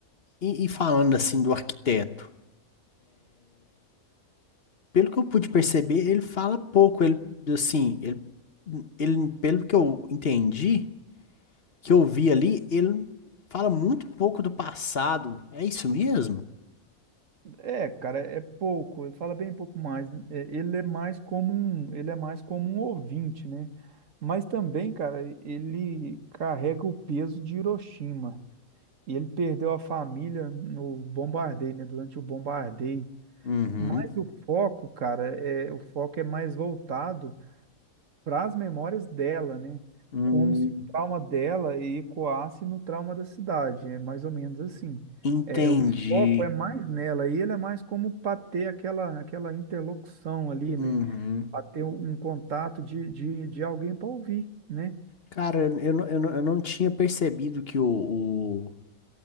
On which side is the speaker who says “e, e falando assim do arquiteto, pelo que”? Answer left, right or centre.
Left